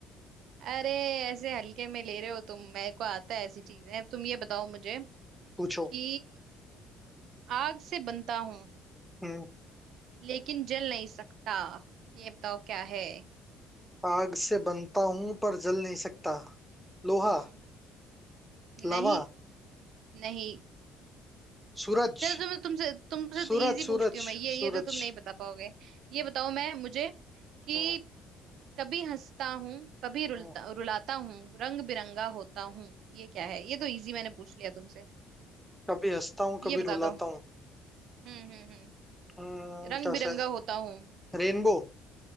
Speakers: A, on the right; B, in the centre.
A: अरे ऐसे हल्के में ले रहे हो तुम मेरे को आता है ऐसी चीजें अब तुम ये बताओ मुझे
B: पूछो
A: कि आग से बनता हूँ
B: हम्म
A: लेकिन जल नहीं सकता ये बताओ क्या है
B: आग से बनता हूं पर जल नहीं सकता लोहा
A: हम्म
B: लावा
A: नहीं नहीं
B: सूरज
A: चलो तो मैं तुमसे तुमसे
B: सूरज
A: तो इजी
B: सूरज
A: पूछती हूँ मैं ये ये
B: सूरज
A: तो तुम नहीं बता पाओगे ये बताओ मैं मुझे कि
B: हाँ
A: कभी हंसता हूँ कभी रुलता
B: हाँ।
A: रुलाता हूँ रंग बिरंगा होता हूँ ये क्या है ये तो इजी मैंने पूछ लिया तुमसे
B: कभी हंसता हूँ कभी
A: ये बता
B: रुलाता
A: दो
B: हूँ
A: हम्म हम्म हम्म
B: हम्म,
A: रंग
B: कैसे
A: बिरंगा होता हूँ
B: रेनबो